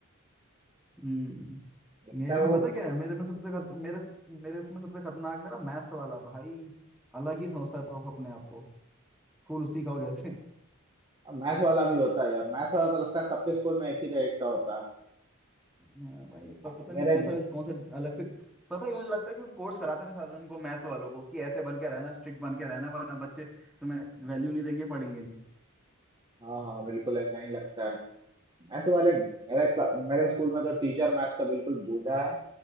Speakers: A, in the centre; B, on the right.
A: हम्म
B: लगता
A: मेरे
B: है
A: में
B: वो
A: पता क्या है मेरे में सबसे खत, मेरे मेरे इसमें सबसे खतरनाक मेरा मैथ्स वाला भाई अलग ही सोचता था वो अपने आप को स्कूल उसी का हो जैसे
B: मैथ वाला भी होता है यार मैथ वाला तो लगता है सबके स्कूल में एक ही टाइप का होता है
A: हाँ भाई
B: अब
A: पता
B: मेरे
A: नहीं कौन सा कौन सा अलग से पता है मुझे लगता है कि कोर्स कराते हैं साल उनको मैथ्स वालों को कि ऐसे बन के रहना स्ट्रिक्ट बन के रहना वरना बच्चे तुम्हें वैल्यू नहीं देंगे पढ़ेंगे नहीं
B: हाँ हाँ बिल्कुल ऐसा ही लगता है मैथ वाले मेरे क्ला- मेरे स्कूल में तो टीचर मैथ का बिल्कुल बूढ़ा है